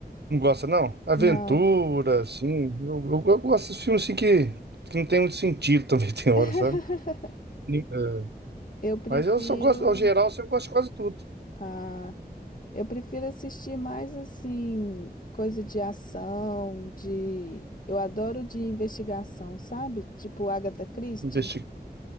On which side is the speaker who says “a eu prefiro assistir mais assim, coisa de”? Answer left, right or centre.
Left